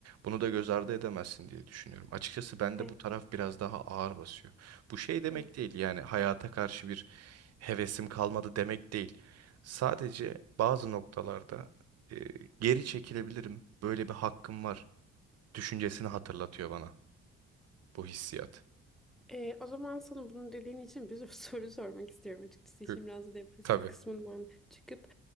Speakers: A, on the right (about 55°); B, in the centre.
A: Bunu da göz ardı edemezsin diye düşünüyorum. Açıkçası bende
B: E,
A: bu taraf biraz daha ağır basıyor. Bu şey demek
B: hı.
A: değil yani hayata karşı bir hevesim kalmadı demek değil. Sadece bazı noktalarda e, geri çekilebilirim. Böyle bir hakkım var düşüncesini hatırlatıyor bana bu hissiyat.
B: E, o zaman sana bunu dediğin için bir sürü <laughs> soru sormak istiyorum açıkçası.
A: Hı,
B: İşin biraz depresif
A: Tabii.
B: kısmından çıkıp.